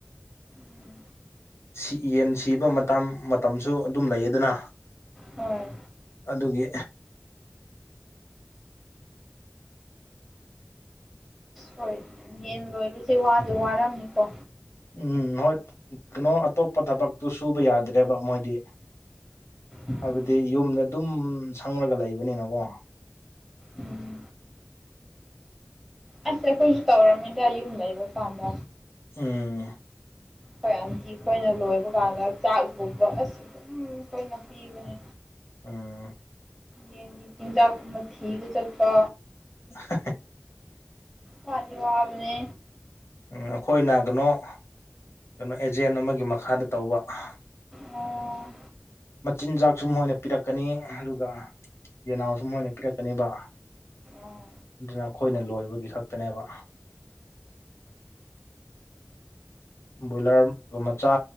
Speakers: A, in the centre; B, on the left.
A: ꯎꯝ
B: ꯁꯤ ꯌꯦꯟ ꯁꯤꯕ ꯃꯇꯥꯝ ꯃꯇꯝꯁꯨ ꯑꯗꯨꯝ ꯂꯩꯌꯦꯗꯅ
A: ꯍꯣꯏ
B: ꯑꯗꯨꯒꯤ
A: ꯍꯣꯏ ꯌꯦꯟ ꯂꯣꯏꯕꯁꯦ ꯋꯥꯗꯤ ꯋꯥꯔꯝꯅꯤꯀꯣ
B: ꯎꯝ ꯍꯣꯏ ꯀꯩꯅꯣ ꯑꯇꯣꯞꯄ ꯊꯕꯛꯇꯨ ꯁꯨꯕ ꯌꯥꯗ꯭ꯔꯦꯕ ꯃꯣꯏꯗꯤ
A: ꯎꯝ
B: ꯍꯥꯏꯕꯗꯤ ꯌꯨꯝꯗ ꯑꯗꯨꯝ ꯁꯪꯂꯒ ꯂꯩꯕꯅꯤꯅꯀꯣ
A: ꯎꯝ ꯑꯁ ꯑꯩꯈꯣꯏꯁꯨ ꯇꯧꯔꯝꯃꯤꯗ ꯌꯨꯝ ꯂꯩꯕ ꯀꯥꯟꯗ
B: ꯎꯝ
A: ꯑꯩꯈꯣꯏ ꯑꯟꯇꯤ ꯈꯣꯏꯅ ꯂꯣꯏꯕ ꯀꯥꯟꯗ ꯆꯥꯛꯒꯨꯝꯕ ꯑꯁ ꯑꯗꯨꯝ ꯑꯩꯈꯣꯏꯅ ꯄꯤꯕꯅꯦ
B: ꯎꯝ
A: ꯌꯦꯟꯒꯤ ꯆꯤꯟꯖꯥꯛꯀꯨꯝꯕ ꯊꯤꯕ ꯆꯠꯄ
B: ꯑꯍ
A: ꯋꯥꯗꯤ ꯋꯥꯕꯅꯦ
B: ꯎꯝ ꯑꯩꯈꯣꯏꯅ ꯅꯒꯅꯣ ꯀꯩꯅꯣ ꯑꯦꯖꯦꯟ ꯑꯃꯒꯤ ꯃꯈꯥꯗ ꯇꯧꯕ ꯍ
A: ꯑꯣ
B: ꯃꯆꯤꯟꯖꯥꯛꯁꯨ ꯃꯣꯏꯅ ꯄꯤꯔꯛꯀꯅꯤ ꯑꯗꯨꯒ ꯌꯦꯟꯅꯥꯎꯁꯨ ꯃꯣꯏꯅ ꯄꯤꯔꯛꯀꯅꯦꯕ
A: ꯑꯣ
B: ꯑꯗꯨꯅ ꯑꯩꯈꯣꯏꯅ ꯂꯣꯏꯕꯒꯤ ꯈꯛꯇꯅꯦꯕ ꯕꯣꯏꯂꯔꯒꯨꯝ ꯃꯆꯥ